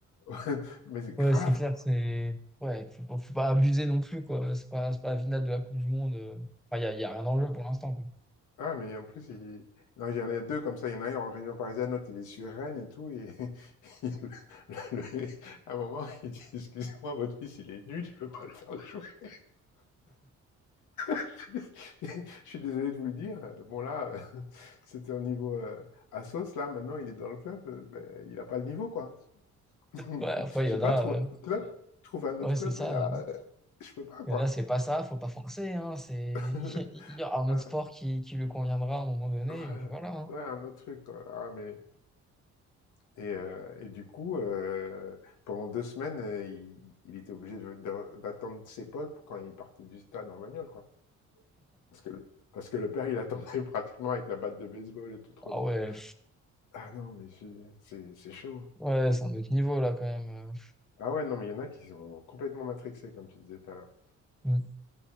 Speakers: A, on the left; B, in the centre.
A: <laughs> mais c'est
B: Ouais,
A: grave,
B: c'est clair,
A: quoi.
B: c'est. Ouais, faut, pas faut pas abuser non plus, quoi. C'est pas, c'est pas la finale de la Coupe du Monde. euh. Enfin, il y a, y a rien en jeu pour l'instant, quoi.
A: Ah, mais en plus, il... non, il y en a deux comme ça. Il y en a un en région parisienne, l'autre, il est sur Rennes et tout. Et <laughs> il- le- le- à un moment, il dit, excusez-moi, votre fils, il est nul, je ne veux pas le faire jouer. <laughs> Je suis désolé de vous le dire. Bon, là, <laughs> euh, c'était au niveau euh, Assos. Là, maintenant, il est dans le club. euh, ben, il n'a pas le niveau, quoi. <laughs>
B: Ouais, après,
A: J'ai
B: il y en
A: pas
B: a.
A: trouvé un
B: euh,
A: autre club. Ah, Je trouve un
B: Ouais,
A: autre club,
B: c'est ça.
A: mais là,
B: euh.
A: euh, je peux pas, quoi.
B: Il y en a, c'est pas ça, faut pas forcer, hein. C'est...
A: <laughs>
B: <laughs> Il y aura un
A: Ah,
B: autre sport qui, qui lui conviendra à un moment donné,
A: ouais,
B: et puis voilà, hein.
A: ouais, un autre truc, quoi. Ah, mais... Et, euh, et du coup, euh, pendant deux semaines, euh, il, il était obligé de- de- d'attendre ses potes quand il partait du stade en bagnole, quoi. Parce que, le- parce que le père, il attendait <laughs> pratiquement avec la batte de baseball et tout, trop
B: Ah
A: drôle.
B: ouais.
A: Ah non, mais je- c'est c'est chaud. hein.
B: Ouais, c'est un autre niveau là quand même. euh.
A: Ah ouais, non, mais il y en a qui sont complètement matrixés, comme tu disais tout à l'heure.
B: Mm.